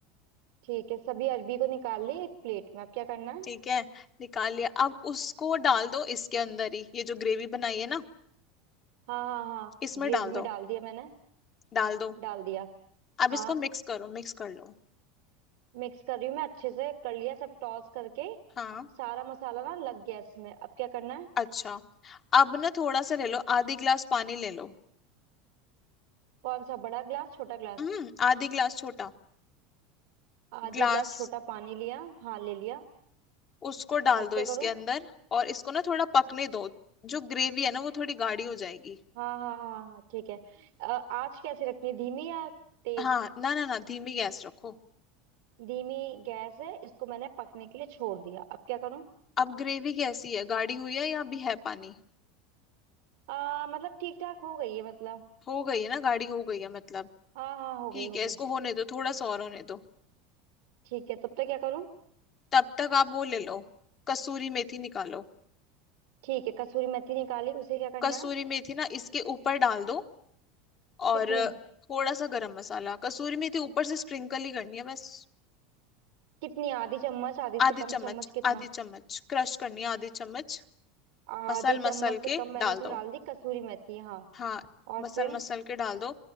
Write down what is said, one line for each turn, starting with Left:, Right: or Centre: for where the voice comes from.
Right: ठीक है सभी अरबी को निकाल ली एक प्लेट में अब क्या करना है
Left: ठीक है निकाल लिया अब उसको डाल दो इसके अंदर ही ये जो ग्रेवी बनाई है ना
Right: हाँ हाँ हाँ
Left: इसमें
Right: ग्रेवी
Left: डाल दो
Right: में डाल दिया मैंने
Left: डाल दो
Right: डाल दिया
Left: अब
Right: हाँ
Left: इसको मिक्स करो मिक्स कर लो
Right: मिक्स कर रही हूँ मैं अच्छे से कर लिया सब टॉस करके
Left: हाँ
Right: सारा मसाला ना लग गया इसमें अब क्या करना है
Left: अच्छा अब ना थोड़ा सा ले लो आधी गिलास पानी ले लो
Right: कौन सा बड़ा ग्लास छोटा ग्लास
Left: हम्म आधी गिलास छोटा
Right: आधी
Left: ग्लास
Right: ग्लास छोटा पानी लिया हाँ ले लिया
Left: उसको डाल
Right: अब
Left: दो
Right: क्या
Left: इसके
Right: करूँ
Left: अंदर और इसको ना थोड़ा पकने दो जो ग्रेवी है ना वो थोड़ी गाढ़ी हो जाएगी
Right: हाँ हाँ हाँ हाँ ठीक है अ, आँच कैसे रखनी धीमी या तेज
Left: हाँ ना ना ना धीमी गैस रखो
Right: धीमी गैस है इसको मैंने पकने के लिए छोड़ दिया अब क्या करूँ
Left: अब ग्रेवी कैसी है गाढ़ी हुई है या अभी है पानी
Right: आ, मतलब ठीक ठाक हो गई है मतलब
Left: हो गई है ना गाढ़ी हो गई है मतलब
Right: हाँ हाँ हो गई
Left: ठीक
Right: हो
Left: है
Right: गई
Left: इसको होने दो थोड़ा सा और होने दो
Right: ठीक है तब तक क्या करूँ
Left: तब तक आप वो ले लो कसूरी मेथी निकालो
Right: ठीक है कसूरी मेथी निकाली उसे क्या करना
Left: कसूरी
Right: है
Left: मेथी ना इसके ऊपर डाल दो और
Right: कितनी
Left: थोड़ा सा गरम मसाला कसूरी मेथी ऊपर से स्प्रिंकल ही करनी है बस
Right: कितनी आधी चम्मच आधी
Left: आधी
Right: से कम
Left: चम्मच
Right: चम्मच कितना
Left: आधी चम्मच क्रश करनी है आधी चम्मच
Right: आधी
Left: मसल
Right: चम्मच
Left: मसल
Right: से
Left: के
Right: कम मैंने
Left: डाल
Right: इसमें
Left: दो
Right: डाल दी कसूरी मेथी हाँ
Left: हाँ
Right: और
Left: मसल
Right: फिर
Left: मसल के डाल दो